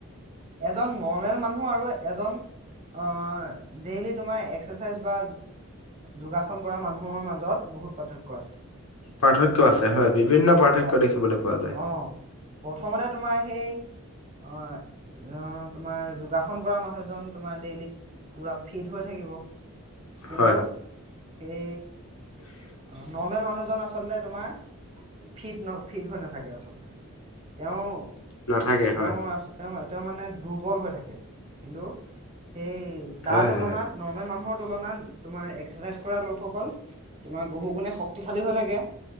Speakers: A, on the right; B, on the left.
A: এজন নৰ্মেল মানুহ আৰু এজন অ ডেইলি তোমাৰ এক্সাৰচাইজ বা যোগাষণ কৰা মানুহৰ মাজত বহুত পাৰ্থক্য আছে
B: পাৰ্থক্য আছে হয় বিভিন্ন পাৰ্থক্য
A: কা-
B: দেখিবলৈ পোৱা যায়।
A: অ প্ৰথমতে তোমাৰ সেই অ অ, তোমাৰ যোগাসন কৰা মানুহজন তোমাৰ ডেইলি পুৰা ফিট হৈ থাকিব কিন্তু
B: হয়
A: সেই অ নৰ্মেল মানুহজন আচ চলতে তোমাৰ, ফিট ন ফিট হৈ নাথাকে আচলতে। তেওঁ
B: নাথাকে
A: তেওঁ
B: হয়
A: আছে তেওঁ তেওঁ মানে দুৰ্বল হৈ থাকে কিন্তু সেই তাৰ
B: হয়
A: তুলনাত
B: হয়
A: নৰ্মেল মানুহৰ তুলনাত তোমাৰ এক্সাৰচাইজ কৰা লোকসকল তোমাৰ বহু গুণে শক্তিশালী হৈ থাকে।